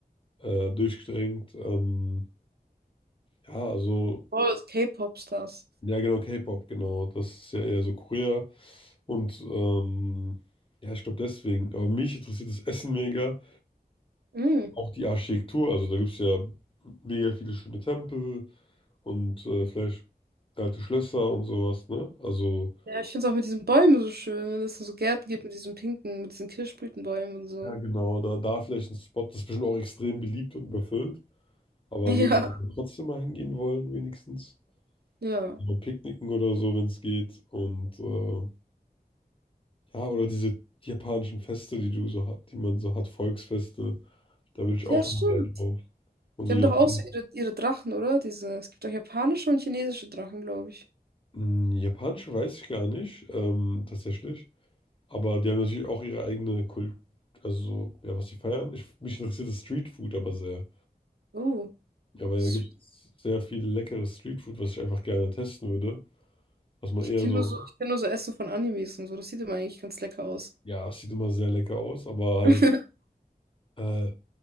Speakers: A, on the left; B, on the right.
A: äh, durchgedrängt. Ähm, ja, also,
B: Oh, das K-Pop-Stars.
A: ja, genau, K-Pop, genau. Das ist ja eher so Korea. Und ähm, ja, ich glaube deswegen. Aber mich interessiert das Essen mega.
B: Mhm.
A: Auch die Architektur. Also, da gibt es ja mega viele schöne Tempel und äh, vielleicht alte Schlösser und sowas, ne? Also.
B: Ja, ich finde es auch mit diesen Bäumen so schön, wenn es so Gärten gibt mit diesen pinken, mit diesen Kirschblütenbäumen und so.
A: Ja, genau, da, da vielleicht ein Spot, das ist bestimmt auch extrem beliebt und überfüllt, aber
B: Ja,
A: will man trotzdem mal hingehen wollen, wenigstens.
B: ja.
A: Mal picknicken oder so, wenn es geht. Und äh, ja, oder diese japanischen Feste, die du so hat, die man so hat, Volksfeste, da will ich auch
B: Ja, stimmt.
A: mal gerne drauf. Und
B: Die
A: so
B: haben
A: Japan
B: doch auch so ihre, ihre Drachen, oder? Diese, es gibt doch japanische und chinesische Drachen, glaube ich.
A: Hm, japanische weiß ich gar nicht, ähm, tatsächlich. Aber die haben natürlich auch ihre eigene Kult, also so, ja, was sie feiern. Ich, mich interessiert das Streetfood aber sehr.
B: Oh,
A: Ja, weil
B: s-
A: da gibt es sehr viel leckeres Streetfood, was ich einfach gerne testen würde. dass man
B: ich
A: eher
B: kenne
A: so,
B: nur so, ich kenn nur so Essen von Animes und so. Das sieht immer eigentlich ganz lecker aus.
A: ja, es sieht immer sehr lecker aus, aber halt,
B: <laughs>
A: äh,